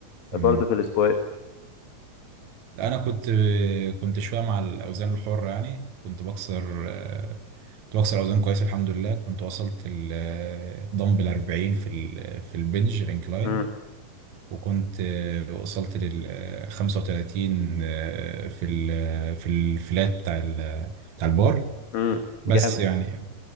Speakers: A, on the right (about 60°); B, on the left (about 85°).
A: مم.
B: برضه في السكواد
A: لا أنا كنت كنت شوية مع الأوزان الحرة يعني كنت بكسر آه، كنت بكسر أوزان كويس الحمد لله كنت وصلت الدمبل 40 في ال- في البنج الانكلاين
B: امم
A: وكنت آه، وصلت لل آه، 35 آه، في ال- في الفلات بتاع ال- بتاع البار
B: امم
A: بس
B: جامد
A: يعني